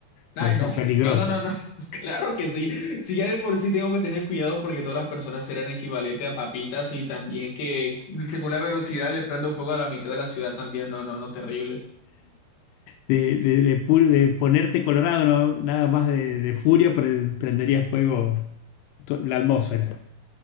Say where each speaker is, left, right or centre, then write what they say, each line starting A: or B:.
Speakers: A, on the left; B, on the left.
A: Ay,
B: puede ser
A: no,
B: peligroso.
A: <laughs> no, no, no, no. <laughs> Claro que sí. Si ya de por sí tengo que tener cuidado porque todas las personas serán equivalente a papitas y también que según la velocidad le prendo fuego a la mitad de la ciudad también. No, no, no, terrible.
B: De, de- de pu- de ponerte colorado, ¿no? Nada más de, de furia, pre- prendería fuego to- la atmósfera.